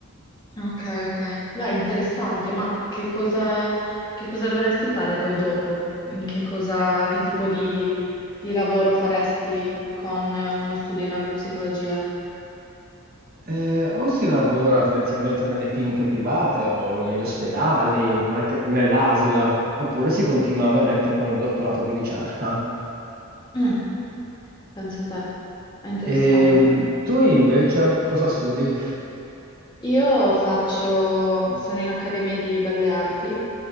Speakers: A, on the left (about 20°); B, on the right (about 40°).
A: Ok, ok. Beh, interessante, ma che cosa, che cosa dovresti fare poi dopo? In Che cosa, che tipo di, di lavoro faresti con uno studio in neuropsicologia?
B: Eh, o si lavora tendenzialmente nelle cliniche private o in- negli ospedali, ma anche nell'ASL, oppure si continua ovviamente con il dottorato di ricerca.
A: Mm, penso te. È interessante.
B: E mh, tu invece cosa studi?
A: Io faccio, sono in Accademia di Belle Arti,